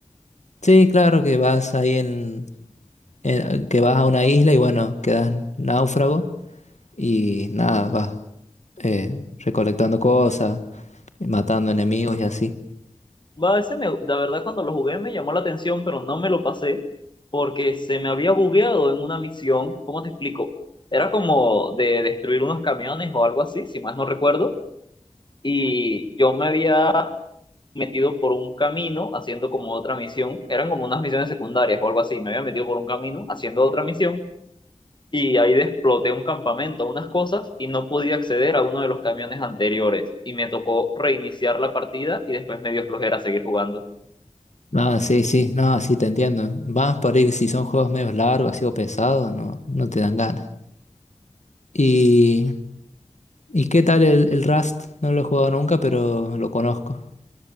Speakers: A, on the left; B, on the left.
A: Sí, claro que vas ahí en, en- que vas a una isla y bueno, quedas náufrago y nada, vas eh, recolectando cosas, matando enemigos y así.
B: Va, ese me, la verdad cuando lo jugué me llamó la atención, pero no me lo pasé porque se me había bugueado en una misión. ¿Cómo te explico? Era como de destruir unos camiones o algo así, si más no recuerdo. Y yo me había metido por un camino haciendo como otra misión. Eran como unas misiones secundarias o algo así. Me había metido por un camino haciendo otra misión y ahí exploté un campamento, unas cosas y no podía acceder a uno de los camiones anteriores. Y me tocó reiniciar la partida y después me dio flojera seguir jugando.
A: Nada, sí, sí, no, sí te entiendo. Más por ahí si son juegos medio largos, así o pesados, no, no te dan ganas. ¿Y, y qué tal el, el Rust? No lo he jugado nunca, pero lo conozco.